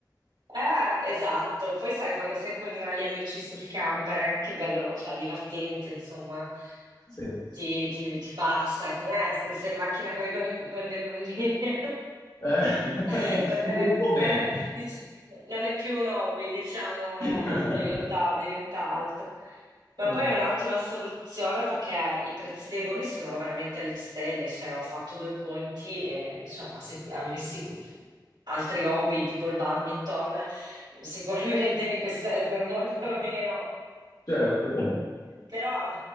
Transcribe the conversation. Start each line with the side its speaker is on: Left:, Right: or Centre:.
Right: Eh, esatto. Poi sai, quando sei con gli amici sul camper è anche bello, cioè divertente, insomma,
Left: Sì.
Right: ti, ti- ti passa. Ecco, eh, se sei in macchina con i bamb- con dei bambini. <laughs>
Left: Eh, <laughs>
Right: <laughs> Non è,
Left: un po'
Right: non
Left: meno.
Right: è- dice- no, non è più un hobby, diciamo,
Left: <laughs>
Right: eh, diventa, diventa altro. Ma
Left: No.
Right: poi è un'ottima soluzione perché i prezzi dei voli sono veramente alle stelle, cioè ho fatto due conti e insomma se avessi altri hobby tipo il badminton sicuramente mi costerebbe molto meno.
Left: Certo.
Right: Però,